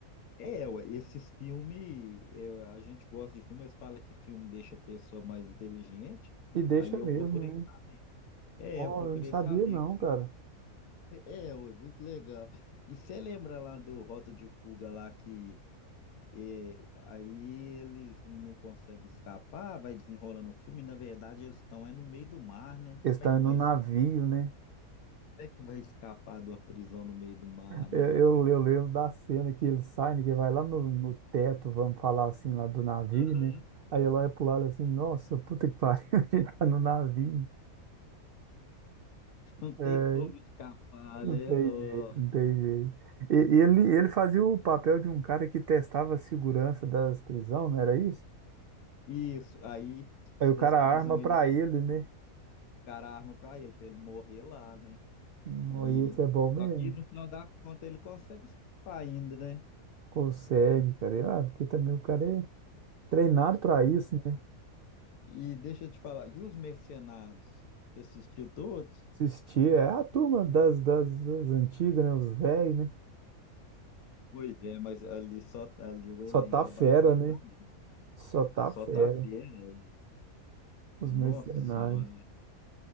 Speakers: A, on the left; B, on the right.
A: É, ué, esses filmes, a gente gosta de filmes, eles falam que filme deixa a pessoa mais inteligente,
B: E deixa
A: aí
B: mesmo,
A: eu procurei
B: né?
A: saber. É,
B: Ó,
A: eu procurei
B: eu não sabia
A: saber.
B: não, cara.
A: É, ué, muito legal. E você lembra lá do Rota de Fuga lá que é, aí eles não conseguem escapar, vai desenrolando o filme, e na verdade eles estão é no meio do mar, né?
B: Está
A: Como é que
B: no
A: vai
B: navio,
A: escapar?
B: né?
A: Como é que vai escapar de uma prisão no meio do mar, né?
B: Eu, eu, eu lembro da cena que ele sai, né, que vai lá no, no teto, vamos falar assim, lá do navio,
A: Aham.
B: né? Aí ela olha pro lado assim, nossa, puta que pariu, <laughs> a gente tá no navio.
A: Não tem
B: É,
A: como escapar,
B: não
A: né?
B: tem
A: Ó,
B: jeito, não tem jeito. E, e ele, ele fazia o papel de um cara que testava a segurança das prisões, não era isso?
A: isso, aí
B: Aí o
A: das
B: cara
A: prisão
B: arma pra
A: eles
B: ele, né?
A: ficaram a arma pra ele, pra ele morrer lá, né?
B: Não,
A: E
B: aí isso é bom mesmo?
A: só que no final das contas ele consegue escapar ainda, né?
B: Consegue, cara. E, Ah, porque também o cara é treinado pra isso, né?
A: E deixa eu te falar, e os Mercenários? Você assistiu todos?
B: Assistir, é a turma das, das, das antigas, né? Os velhos, né?
A: Pois é, mas ali só ali o
B: Só
A: elenco
B: tá fera,
A: é barra pesada.
B: né? Só tá
A: Só
B: fera.
A: tá fera.
B: Os
A: Nossa
B: mercenários.
A: senhora.